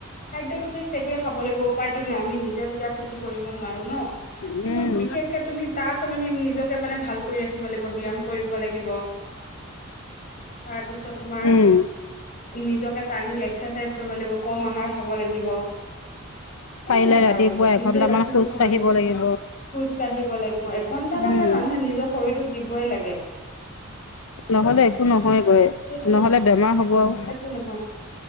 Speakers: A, on the left; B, on the left.
A: খাদ্যয়টোতো সেইটোৱে খাব লাগিব উপায়টো নাই আমি নিজে যেতিয়া খেতি কৰিব নোৱাৰো ন কিন্তু
B: উম
A: বিশেষকে তুমি তাৰ সলনি নিজকে মানে ভাল কৰি ৰাখি উঠিব লাগিব ব্যয়াম কৰিব লাগিব। তাৰ পিছত তোমাৰ
B: উম
A: নিজকে টাইম দি এক্সাৰচাইজ কৰিব লাগিব কম আহাৰ খাব লাগিব। সেইবিলাক
B: পাৰিলে ৰাতিপুৱা
A: আৰু
B: এঘন্টামান
A: নিজে বাচি
B: খোজ
A: থাকিব
B: কাঢ়িব
A: লাগ
B: লাগিব
A: খোজ কাঢ়িব লাগে। অ', এঘন্টামান
B: উম
A: মানে মানুহে নিজৰ শৰীৰটোক দিবই লাগে।
B: নহ'লে একো নহয় গৈ
A: সেইটো
B: নহ'লে বেমাৰ হ'ব। আৰু
A: একো নহয়